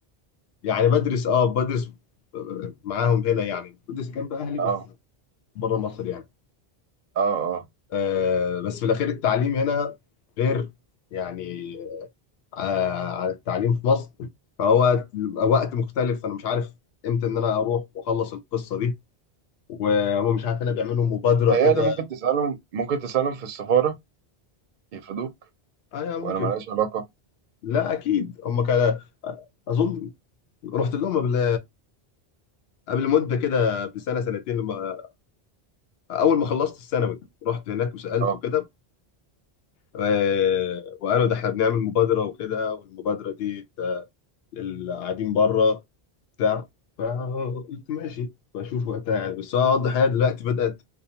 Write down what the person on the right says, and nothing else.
اه
اه اه
متهيألي
ممكن تسالهم ممكن تسالهم في السفاره يفيدوك
ولا ملهاش علاقه
اه